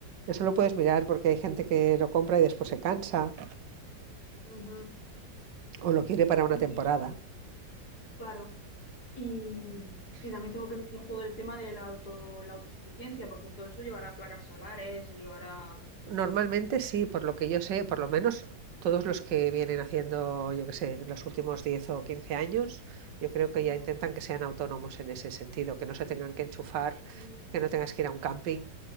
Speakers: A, on the right; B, on the left.
A: Eso lo puedes mirar porque hay gente que lo compra y después se cansa
B: Ujú.
A: o lo quiere para una
B: Y
A: temporada.
B: claro. Y, y también tengo que mirar todo el tema de la auto, la autosuficiencia, porque todo eso llevará placas solares, o llevará...
A: Normalmente sí, por lo que yo sé, por lo menos todos los que vienen haciendo, yo qué sé, los últimos 10 o 15 años, yo creo que
B: Ujú,
A: ya intentan que sean autónomos en ese sentido, que no se tengan que enchufar,
B: ujú.
A: que no tengas que ir a un camping